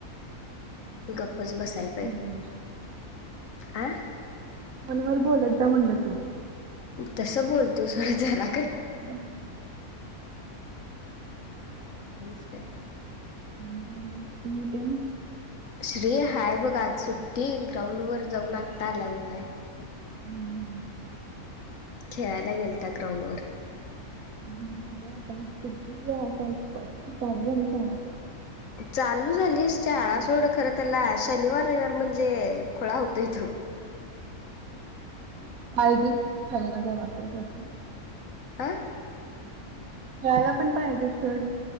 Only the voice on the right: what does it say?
ह
ज काय सोमर
फोन वर बोलत जा म्हणलं तू
हम ह
आणि म
हम्म
मार्याता म किती आ पाणीयाली जा
पायजेच खेळायला काय वाट असे
यायला पण पाहिजे सड